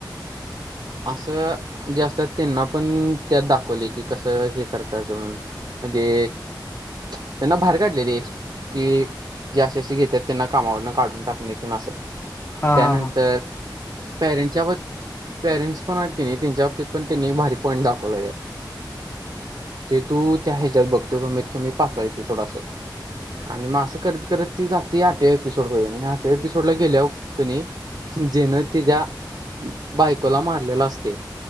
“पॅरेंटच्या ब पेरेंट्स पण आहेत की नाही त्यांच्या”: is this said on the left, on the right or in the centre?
Right